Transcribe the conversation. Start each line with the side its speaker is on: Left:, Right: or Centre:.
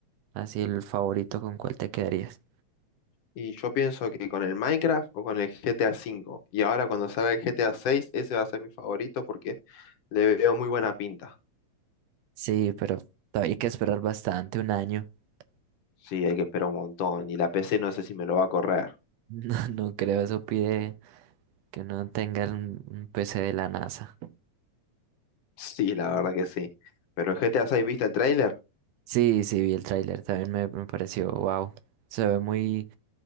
Right: así el favorito, ¿con cuál te quedarías?
Left: Y yo pienso que con el Minecraft o con el GTA V. Y ahora cuando salga el GTA seis ese va a ser mi favorito porque le veo muy buena pinta.
Right: Sí, pero todavía hay que esperar bastante, un año. <laughs>
Left: Sí, hay que esperar un montón. Y la PC no sé si me lo va a correr. <laughs>
Right: No, no creo, eso pide que uno tenga un, un PC de la NASA.
Left: Sí, la verdad que sí. Pero el GTA 6, ¿viste el tráiler?
Right: Sí, sí, vi el tráiler, también me, me pareció, wow. Se ve muy